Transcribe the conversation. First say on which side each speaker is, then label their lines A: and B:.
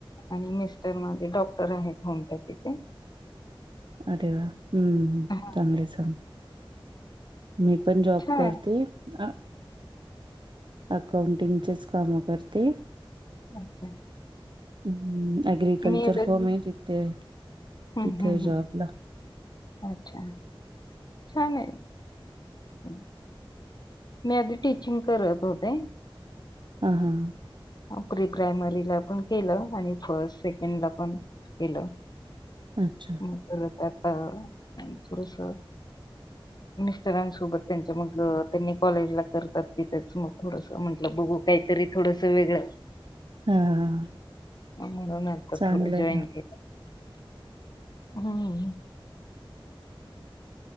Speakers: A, on the left; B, on the right.
A: आणि मिस्टर माझे डॉक्टर आहेत होमिपॅथीचे.
B: अरे वा, हम्म, हम्म
A: हा.
B: चांगलय चांगले. मी पण जॉब
A: छान
B: करते, हा. अकाउंटिंगचच काम करते.
A: <unintelligible>
B: हं अग्रीकल्चर
A: मी एवढं
B: फॉम आहे तिथे.
A: हम्म,
B: तिथे
A: हम्म, हम्म
B: जॉबला.
A: अच्छा छान आहे. <inaudible> मी आधी टीचिंग करत होते.
B: हां, हां.
A: प्री प्रायमरी ला पण केलं, आणि फर्स्ट सेकंड ला पण केलं.
B: अच्छा.
A: मग परत आता थोडसं मिस्टरांसोबत त्यांच्या मग, त्यानी कॉलेजला करतात तिथच मग थोडसं म्हटलं मग बघू. काहीतरी थोडस वेगळं.
B: हां हां.
A: मग मुलांना अडकवत
B: चांगलं
A: ठेवलं,
B: आहे
A: जॉईन
B: ना.
A: केलं. हम्म.